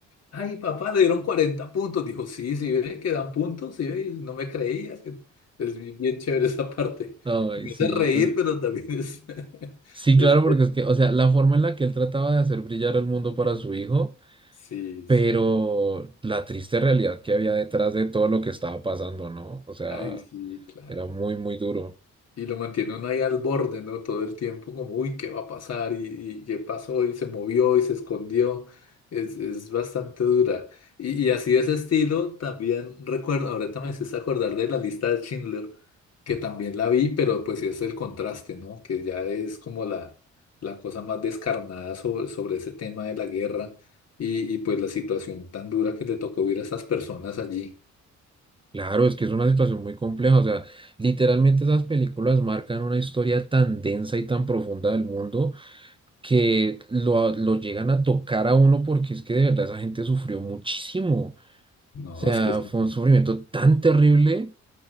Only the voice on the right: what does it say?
ay,
sí,
pues.
Sí,
claro, porque es que, o sea, la forma en la que él trataba de hacer brillar el mundo para su hijo,
pero
la triste realidad que había detrás de todo lo que estaba pasando, ¿no? O sea,
era muy, muy duro.
Claro, es que es una situación muy compleja, o sea, literalmente esas películas marcan una historia tan densa y tan profunda del mundo que lo, lo llegan a tocar a uno porque es que de verdad esa gente sufrió muchísimo. O
sea,
fue un sufrimiento tan terrible.